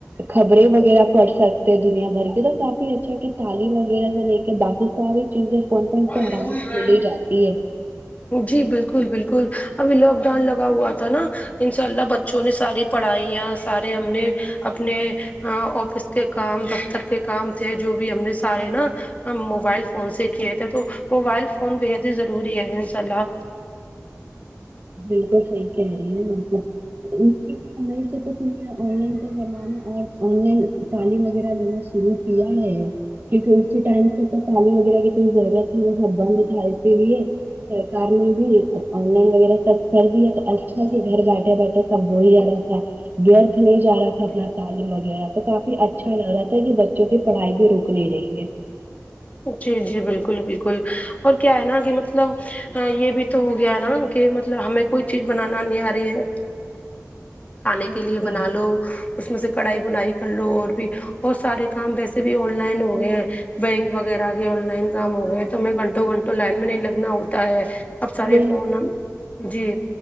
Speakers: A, on the right; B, on the left.
A: خبریں وغیرہ پڑھ سکتے ہیں دنیا بھر کے تو کافی اچھا ہے کہ تعلیم وغیرہ سے کہ باقی ساری چیزیں فون پر
B: ہے
A: ہم کو آرام سے ملی ہی جاتی ہے
B: جی بالکل بالکل ابھی لاک ڈاؤن لگا ہوا تھا ناں انشاء اللہ بچ بچوں نے ساری پڑھائیاں سارے ہم نے اپنے آفس کے کام دفتر کے کام تھے جو بھی ہم نے سارے ناں ہم موبائل فون سے کیے تھے تو موبائل فون بے حد ہی ضروری ہے انشاء اللہ
A: بالکل صحیح کہہ رہی ہیں ہم کو اس سے کیا گھر سے کھل گیا آن لائن کا زمانہ اور آن لائن تعلیم وغیرہ لینا شروع کیا ہے کیونکہ اسی ٹائم سے تک پانی وغیرہ کی اتنی ضرورت تھی سب بند تھا اس لیے سرکار نے بھی آن لائن وغیرہ تب سردی ہے تو اچھا ہی گھر بیٹھے بیٹھے سب ہو ہی جا رہا تھا ویرتھ نہیں جارہا تھا اپنا تعلیم وغیرہ تو کافی اچھا لگ رہا تھا کہ بچوں کی پڑھائی بھی رک نہیں رہی ہے
B: جی جی بالکل بالکل اور کیا ہے ناں کہ مطلب ہاں یہ بھی تو ہو گیا ناں کہ مطلب ہمیں کوئی چیز بنانا نہیں آرہی ہے کھانے
A: بالکل
B: کے لیے بنالو اس میں سے کڑھائی بنائی کرلو اور بھی اور سارے کام ویسے بھی آن لائن ہوگئے ہیں بینک وغیرہ کے آن لائن کام ہوگیا تو ہمیں گھنٹوں گھنٹوں لائن میں نہیں لگنا ہوتا ہے اب سارے
A: یہ
B: فون ہم جی